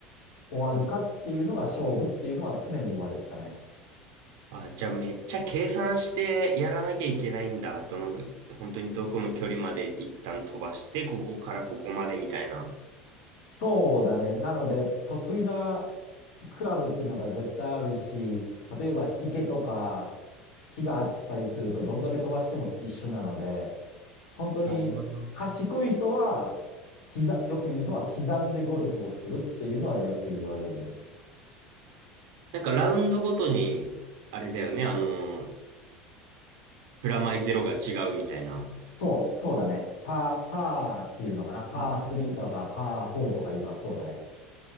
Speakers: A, on the left (about 75°); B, on the right (about 65°).
A: 終わるかっていうのが勝負っていうのは常に言われてたね。
B: あ、じゃあめっちゃ計算してやらなきゃいけないんだ。どのぐ、本当にどこの距離まで一旦飛ばして、ここからここまでみたいな。
A: そうだね。なので、得意なクラブっていうのが絶対あるし、例えば池とか木があったりするとどんだけ飛ばしても一緒なので、本当に賢い人は、
B: あー
A: 刻、よく言うのは刻んでゴルフをするっていうのはよく言われるね。
B: なんかラウンドごとに、あれだよね、あの、プラマイゼロが違うみたいな。
A: そう、そうだね。パー、パーっていうのかな。パー3とかパー4とかいうのはそうだね。
B: あ